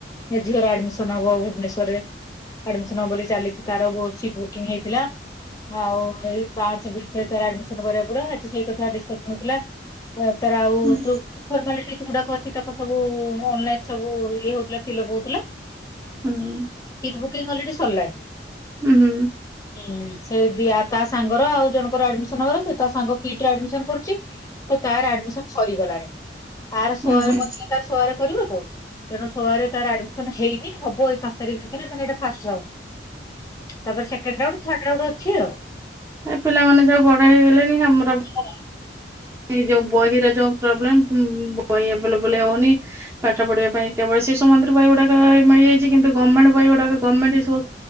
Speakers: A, on the left; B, on the right.
A: ମୋ ଝିଅର ଆଡମିଶନ ହବ ଭୁବନେଶ୍ଵରରେ। ଆଡମିଶନ ହବ ବୋଲି ଚାଲିଚି ତାର <unintelligible> ସିଟ୍ ବୁକିଂ ହେଇଥିଲା। ଆଉ ଏଇ ପାଞ୍ଚ ଭିତରେ ତାର ଆଡମିଶନ କରିବାକୁ ପଡିବ। ଆଜି ସେହି କଥା ଡିସକସନ୍ ହୋଉଥିଲା। ତ ତାର ଆଉ
B: ହୁଁ
A: ଯୋଉ ଫର୍ମାଲିଟିଜ୍ ଗୁଡା ଅଛି ତାକୁ ସବୁ ଅନଲାଇନ୍ ସବୁ ଇଏ ହୋଉଥିଲା। ଫିଲ୍ ଅପ୍ ହୋଉଥିଲା।
B: ହୁଁ।
A: ସିଟ୍ ବୁକିଂ ଅଲରେଡି ସରିଲାଣି।
B: ଉଁ ହୁଁ।
A: ଉଁ‌ ସେ ଦିଆ ତା ସାଙ୍ଗର ଆଉ ଜଣଙ୍କର ଆଡମିଶନ କରୁଚି। ସିଏ ତା ସାଙ୍ଗ କିଟ୍ରେ ଆଡମିଶନ କରୁଚି। ତ ତାର ଆଡମିସନ ସରିଗଲାଣି। ଆର ସୋଅରେ
B: ହୁଁ ହୁଁ ହୁଁ
A: ମୋ ଝିଅ ତାର ସୋଅରେ କରିବ ତ। ତେଣୁ ସୋ ରେ ତାର ଆଡ ମିଶନ ହେଇନି ହବ ଏଇ ପାଞ୍ଚ ତାରିଖ ଭିତରେ ମାନେ ଏଇଟା ଫାଷ୍ଟ ରାଉଣ୍ଡ ତାପରେ ସେକେଣ୍ଡ ରାଉଣ୍ଡ ଥାର୍ଡ ରାଉଣ୍ଡ ଅଛି ଆଉ।
B: ଏ ପିଲମାନେ ସବୁ ବଡ ହେଇଗଲେଣି। ଆମର
A: <unintelligible>
B: ଏ ଯୋଉ ବହିର ଯୋଉ ପ୍ରୋବ୍ଲେମ୍ ପୁ ବହି ଅଭେଲେବୁଲ୍ ହେଉନି। ପାଠ ପଢ଼ିବା ପାଇଁ କେବଳ ଶିଶୁ ମନ୍ଦିର ବହି ଗୁଡ଼ାକ ମିଳି ଯାଇଛି, କିନ୍ତୁ ଗମେଣ୍ଟ ବହି ଗୁଡ଼ାକ ଗମେଣ୍ଟ ଏ ସବୁ